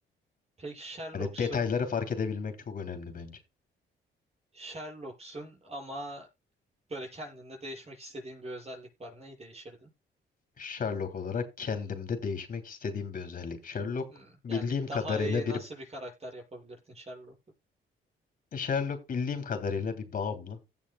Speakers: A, on the right (about 30°); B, on the left (about 45°).
A: Peki Sherlock'sun.
B: Yani detayları fark edebilmek çok önemli bence.
A: Sherlock'sun ama Böyle kendinde değişmek istediğin bir özellik var. Neyi değişirdin?
B: Sherlock olarak kendimde değişmek istediğim bir özellik. Sherlock
A: Hmm,
B: bildiğim
A: Yani daha
B: kadarıyla
A: iyi nasıl
B: bir
A: bir karakter yapabilirdin Sherlock'u?
B: Sherlock bildiğim kadarıyla bir bağımlı.